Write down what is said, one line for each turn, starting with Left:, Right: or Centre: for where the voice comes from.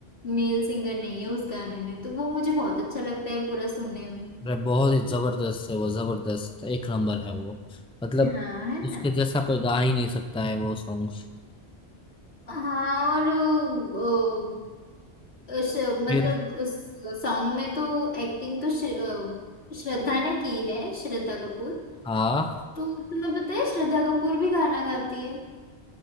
Left: मेल सिंगर नहीं है उस गाने में तो वो मुझे बहुत अच्छा लगता है पूरा सुनने में
Centre: अरे बहुत ही जबरदस्त है वो जबरदस्त एक नंबर है वो मतलब
Left: हाँ है
Centre: उसके
Left: ना
Centre: जैसा कोई गा ही नहीं सकता है वो सॉन्ग
Left: हाँ और वो, वो, श,
Centre: फिर
Left: मतलब उस सॉन्ग में तो एक्टिंग तो श्र, अ, श्रद्धा ने की है श्रद्धा कपूर
Centre: हाँ
Left: तो तुम्हें पता है श्रद्धा कपूर भी गाना गाती है